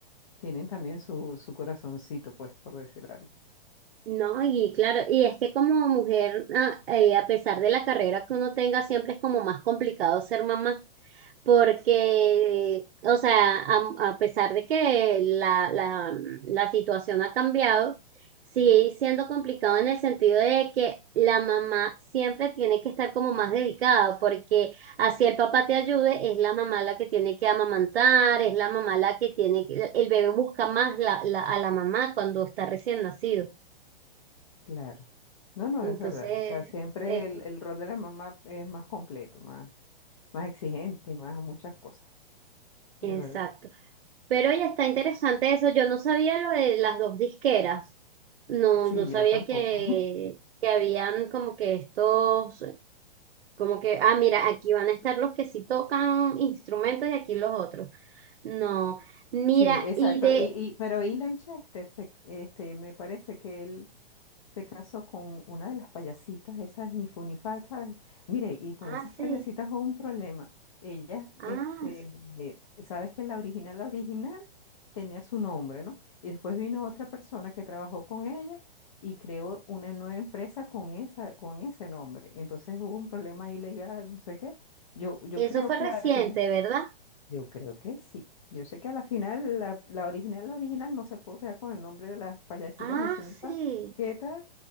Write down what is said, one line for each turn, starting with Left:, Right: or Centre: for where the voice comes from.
Left: Tienen también su, su corazoncito, pues, por decir algo.
Right: No, y claro, y es que como mujer, a, eh, a pesar de la carrera que uno tenga, siempre es como más complicado ser mamá. porque, o sea, a, a pesar de que la, la, la situación ha cambiado, sigue siendo complicado en el sentido de que la mamá siempre tiene que estar como más dedicada, porque así el papá te ayude, es la mamá la que tiene que amamantar, es la mamá la que tiene, que- el bebé busca más la, la- a la mamá cuando está recién nacido.
Left: Claro. No, no,
Right: Entonces,
Left: es verdad. O sea, siempre
Right: es,
Left: el, el rol de la mamá es más completo, más, más exigente, más muchas cosas,
Right: exacto.
Left: de verdad.
Right: Pero ya está interesante eso. Yo no sabía lo de las dos disqueras. No,
Left: Sí,
Right: no sabía
Left: yo tampoco.
Right: que, que habían como que estos, como que, ah, mira, aquí van a estar los que sí tocan instrumentos y aquí los otros. No, mira,
Left: Sí, exacto.
Right: y de,
Left: Y, y, pero Ilan Chester, se- este, me parece que él se casó con una de las payasitas, esas ni fu ni fa, ¿sabes? Mire, y con
Right: ah,
Left: esas payasitas
Right: sí,
Left: hubo un problema. Ellas,
Right: ah,
Left: este,
Right: sí.
Left: sabes que la original, la original tenía su nombre, ¿no? Y después vino otra persona que trabajó con ella y creó una nueva empresa con esa, con ese nombre. Entonces hubo un problema ilegal, no sé qué. Yo, yo
Right: eso
Left: creo
Right: fue
Left: que
Right: reciente,
Left: al final.
Right: ¿verdad?
Left: Yo creo que sí. Yo sé que a la final, la, la original, la original no se pudo quedar con el nombre de las payasitas
Right: Ah,
Left: ni Funipa.
Right: sí.
Left: ¿Qué tal?